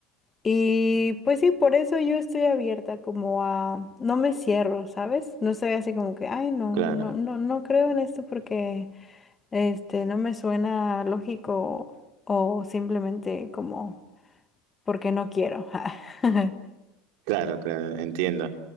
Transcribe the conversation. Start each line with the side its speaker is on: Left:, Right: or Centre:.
Left: Y pues sí, por eso yo estoy abierta como a, no me cierro, ¿sabes? No soy así como que, ay, no,
Right: Claro,
Left: no, no, no creo en esto porque este no me suena lógico o simplemente como porque no quiero. <laughs>
Right: claro, claro, entiendo.